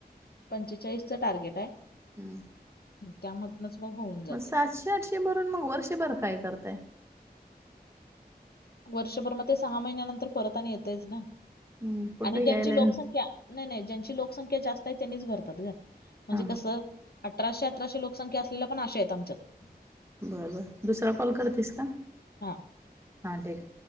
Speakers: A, on the left (about 70°); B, on the right (about 15°).
A: पंचेचाळीसचं टार्गेट आय.
B: हम्म
A: त्यामधनच होऊन जाते
B: मग सातशे आठशे भरून मग वर्षभर काय करताय?
A: वर्षभर मग ते सहा महिन्यानंतर परत आणि येतच ना
B: हं, कुठं
A: आणि
B: यायला
A: ज्यांची लोकसंख्या
B: हां,
A: नाय नाय ज्यांची लोकसंख्या जास्त आहे त्यांनीच भरतात ग म्हणजे कसं
B: हां.
A: अठराशे अठराशे लोकसंख्या असलेल्या पण अशा आहेत आमच्यात
B: बरं बर दुसरा कॉल करतेस का?
A: हा.
B: हां, ठीक आहे.